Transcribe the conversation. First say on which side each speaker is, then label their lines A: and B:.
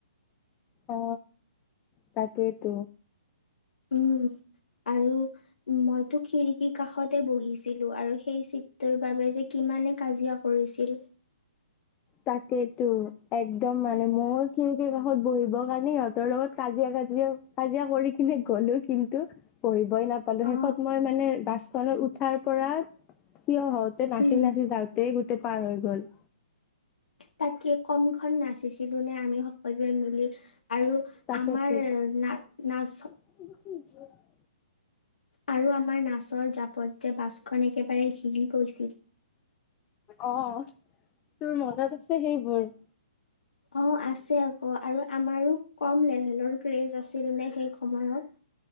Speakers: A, on the left; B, on the left.
A: অ তাকেইতো।
B: উম, আৰু - মইতো খিৰিকিৰ কাষতে বহিছিলো, আৰু সেই চিতটোৰ বাবে যে কিমানে কাজিয়া - কৰিছিল।
A: তাকেইেতো একদম মানে মোৰ খিৰিকীৰ কাষত বহিবৰ কাৰণে সিহঁতৰ লগত কাজিয়া কাজিয়া - কাজিয়া কৰি কিনে গলো, কিন্তু বহিবই নাপালো
B: অ
A: শেষত মই মানে বাছ - খনত উঠাৰ পৰা ঠিয় হওঁতে নাচি
B: উম
A: নাচি যাওঁতেই গোটেই পাৰ হৈ গল।
B: তাকে কম খন নাচিছিলো নে আমি সকলোৱে মিলি আৰু -
A: তাকেতো।
B: আমাৰ না নাচ -
A: <unintelligible>
B: আৰু আমাৰ নাচৰ জাপত যে বাছখন একেবাৰে হিলি গৈছিল।
A: অ অ, তোৰ মনত আছে সেইবোৰ?
B: অ আছে আকৌ আৰু আমাৰো কম লেভেলৰ ক্ৰেজ আছিল নে সেই সময়ত।